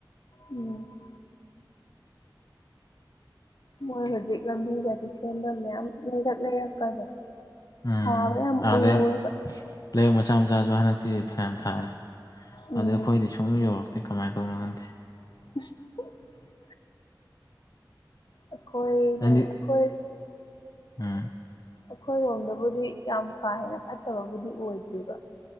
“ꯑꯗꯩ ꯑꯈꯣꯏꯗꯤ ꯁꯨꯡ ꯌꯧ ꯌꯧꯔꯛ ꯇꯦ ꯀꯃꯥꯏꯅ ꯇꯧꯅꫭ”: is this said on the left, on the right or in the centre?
Left